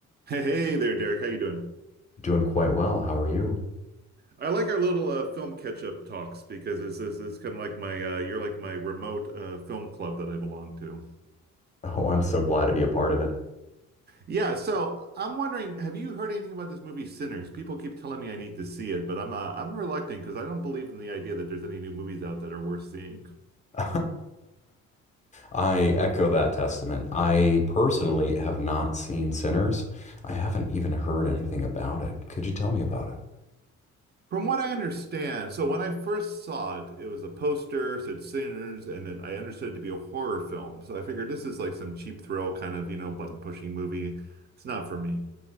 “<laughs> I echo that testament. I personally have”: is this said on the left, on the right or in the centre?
Left